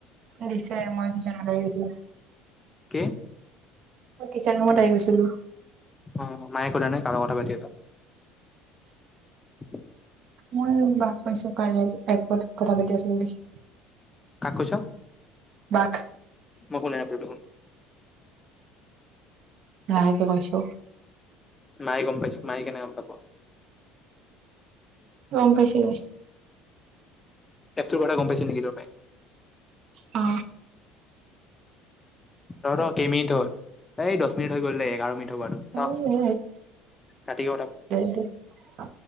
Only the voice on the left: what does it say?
কি
অ মায়ে একো সোধা নাই কাৰ লগত কথা পাতিলে <inaudible>
কাক কৈছ
মই শুনা নাপালোঁ দেখোন <inaudible>
মইয়ে গম পাইছো মায়ে কেনেকে গম পাৱ
এপ টো কথা গম পাইছে নেকি তোৰ মায়ে
ত কেই মিনিট হ'ল এই দহ মিনিট হৈ গ'ল দে এঘাৰ মিনিট হ'ব আৰু থ
ৰাতিকে কথা